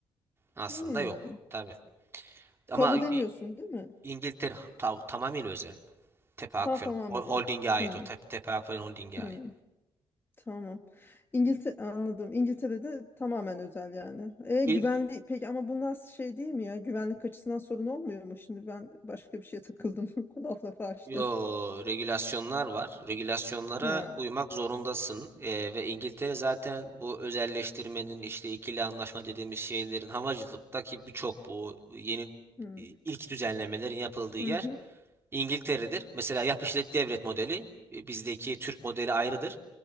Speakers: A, on the right; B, on the left.
A: Aslında
B: Hmm.
A: yok. Tabii. Ama
B: Tabu
A: İ-
B: demiyorsun değil mi?
A: İngiltere ta- tamamıyla özel. Tepe Akfen
B: Tam tamam
A: Hol-
B: biliyorum.
A: Holding'e ait
B: Hmm.
A: o. Tep- Tepe Akfen Holding'e
B: Hmm.
A: ait.
B: Tamam. İngiltere anladım. İngiltere'de tamamen özel yani. E,
A: İlk
B: güvenli peki ama bu nasıl şey değil mi ya? Güvenlik açısından sorun olmuyor mu? Şimdi ben başka bir şeye takıldım. <laughs> Laf lafı açtı.
A: Yo, regülasyonlar var. Regülasyonlara
B: Ha.
A: uymak zorundasın. Ee, ve İngiltere zaten bu özelleştirmenin işte ikili anlaşma dediğimiz şeylerin havacılıktaki birçok bu yeni
B: Hmm.
A: ilk düzenlemelerin yapıldığı yer
B: Hı hı.
A: İngiltere'dir. Mesela yap işlet devret modeli e, bizdeki Türk modeli ayrıdır.